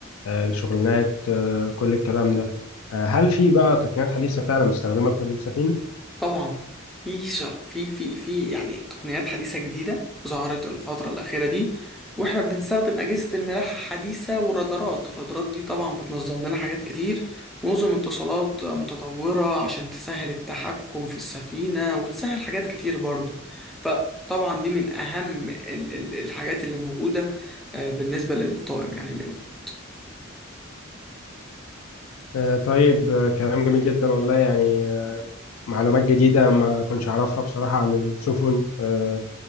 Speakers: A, on the left; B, in the centre.
A: آه الشغلانات آه كل الكلام ده آه هل في بقى تقنيات حديثة فعلا مستخدمة في السفينة؟
B: طبعا في ش- في في في يعني تقنيات حديثة جديدة ظهرت الفترة الأخيرة دي واحنا بنستخدم أجهزة الملاحة الحديثة والرادارات الرادارات دي طبعا بتنظم لنا حاجات كتير ونظم اتصالات متطورة عشان تسهل التحكم في السفينة وتسهل حاجات كتير برضو فطبعا دي من أهم ال- ال- الحاجات اللي موجودة آه، بالنسبة للطاقم يعني اللي موجود.
A: آه طيب آه كلام جميل جدا والله يعني آه معلومات جديدة ما كنتش أعرفها بصراحة عن السفن آه